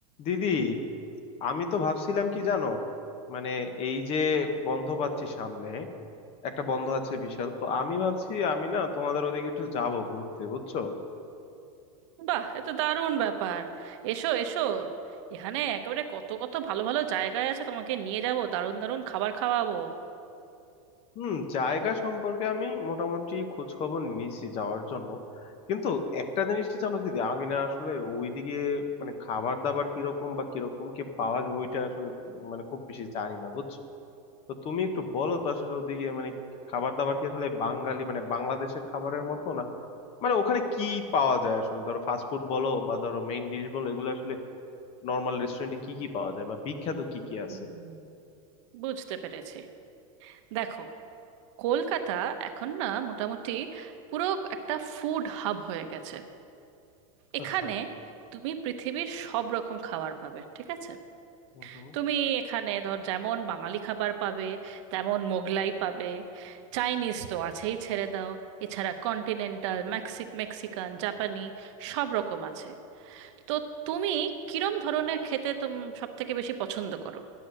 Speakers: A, on the left; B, on the right.
A: দিদি আমি তো ভাবছিলাম কি জানো মানে এই যে বন্ধ পাচ্ছি সামনে একটা বন্ধ আছে বিশাল তো আমি ভাবছি আমি না তোমাদের ওদিকে একটু যাব ঘুরতে বুঝছো
B: বাহ এ তো দারুণ ব্যাপার এসো এসো এখানে একেবারে কত কত ভালো ভালো জায়গায় আছে তোমাকে নিয়ে যাব দারুণ দারুণ খাবার খাওয়াবো
A: হুম জায়গা সম্পর্কে আমি মোটামুটি খোঁজ খবর নিছি যাওয়ার জন্য কিন্তু একটা জিনিস কি জানো দিদি আমি না আসলে ওইদিকে মানে খাবার দাবার কিরকম বা কিরকম কি পাওয়া যায় ওইটা আসলে মানে খুব বেশি জানি না বুঝছো তো তুমি একটু বলো তো আসলে ওদিকে মানে খাবার দাবার কি আসলে বাঙালি মানে বাংলাদেশের খাবারের মতো মানে ওখানে কি পাওয়া যায় আসলে ধরো ফাস্টফুড বলো বা ধরো মেইন ডিশ বলো এগুলো আসলে নর্মাল রেস্টুরেন্টে কি কি পাওয়া যায় বা বিখ্যাত কি কি আছে
B: হুম। বুঝতে পেরেছি দেখো কলকাতা এখন না মোটামুটি পুরো একটা ফুড হাব হয়ে গেছে এখানে
A: আচ্ছা
B: তুমি পৃথিবীর সব রকম খাবার পাবে ঠিক আছে
A: হুম হুম
B: তুমি এখানে ধর যেমন বাঙালি খাবার পাবে তেমন মোগলাই পাবে চাইনিজ তো আছেই ছেড়ে দাও এছাড়া কন্টিনেন্টাল মেক্সিক মেক্সিকান জাপানি সব রকম আছে তো তুমি কিরম ধরনের খেতে তুমি সব থেকে বেশি পছন্দ করো